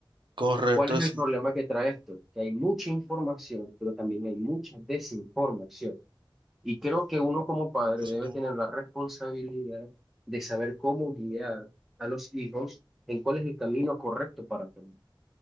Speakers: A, on the right (about 65°); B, in the centre.
A: Correcto,
B: ¿Cuál es
A: es
B: el problema que trae esto? Que hay mucha información, pero también hay mucha desinformación. Y creo que uno como padre
A: es-
B: debe tener la responsabilidad de saber cómo guiar a los hijos en cuál es el camino correcto para tomar.